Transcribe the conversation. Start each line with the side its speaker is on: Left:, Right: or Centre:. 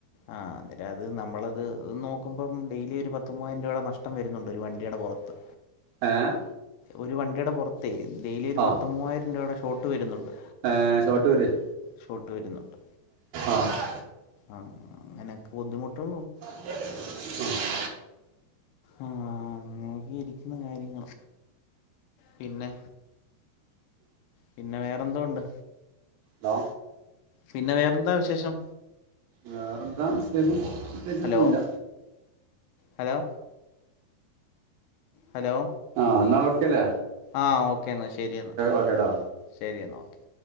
Left: ആഹ് അന്നേരം അത് നമ്മളത് നോക്കുമ്പം, ഡെയിലി ഒരു പത്തു മൂവായിരം രൂപയുടെ നഷ്ടം വരുന്നുണ്ട്. ഒരു വണ്ടിയുടെ പുറത്ത്.
Right: ഏ..
Left: ഒരു വണ്ടിയുടെ പുറത്ത ഡെയിലി ഒരു
Right: ആ
Left: പത്ത മൂവായിരം രൂപയുടെ ഷോട്ട് വരുന്നുണ്ട്.
Right: ഏ ഷോർട്ട് വര്-
Left: ഷോട്ട് വരുന്നുണ്ട്.
Right: ആഹാ.
Left: ആഹ അങ്ങനെയൊക്കെ ബുദ്ധിമുട്ഉളു
Right: ഉം
Left: ആഹ അങ്ങ ഇരിക്കുന്ന കാര്യങ്ങൾ പിന്നെ പിന്നെ വേറെന്തോ ഉണ്ട്
Right: ഹലോ
Left: പിന്നെ വേറെന്താ വിശേഷം
Right: വേറെന്താ വിശേഷം പ്രത്യേകിച്ചൊന്നുല്ല
Left: ഹലോ ഹലോ ഹലോ
Right: ആഹ് നാ ഓക്കേലെ
Left: ആഹ് ഓക്കേ എന്നാ ശരി എന്നാൽ
Right: ഒക്കെട്ട
Left: ശരി എന്നഓക്കേ